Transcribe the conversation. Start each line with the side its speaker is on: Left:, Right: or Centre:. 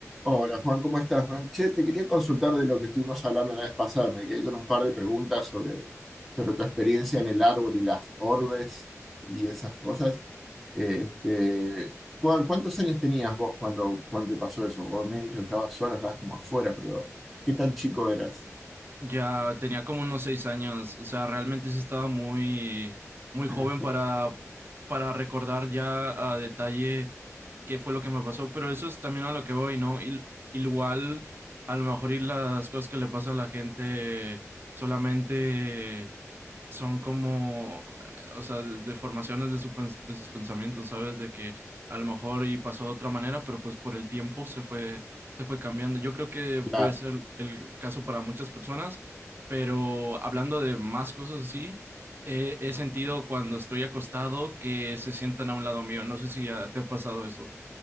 Centre: Hola Juan, ¿cómo estás, man? Che, te quería consultar de lo que estuvimos hablando la vez pasada. Me quedé con un par de preguntas sobre, sobre tu experiencia en el árbol y las orbes y esas cosas. Este, ¿cuán- ¿cuántos años tenías vos cuando, cuando te pasó eso? Vos me has dicho que estabas sola, estabas como afuera, pero ¿qué tan chico eras?
Right: Ya tenía como unos seis años, o sea, realmente sí estaba muy, muy joven
Centre: Ah,
Right: para, para recordar ya a detalle qué fue lo que me pasó, pero eso es también a lo que voy, ¿no? Il- igual, a lo mejor y las cosas que le pasa a la gente solamente son como, eh, o sea, de- deformaciones de, su pens- de sus pensamientos, ¿sabes? De que a lo mejor y pasó de otra manera, pero pues por el tiempo se fue, se fue cambiando. Yo creo que puede
Centre: Claro,
Right: ser el caso para muchas personas, pero hablando de más cosas así, eh, he sentido cuando estoy acostado que se sientan a un lado mío. No sé si ya te ha pasado eso.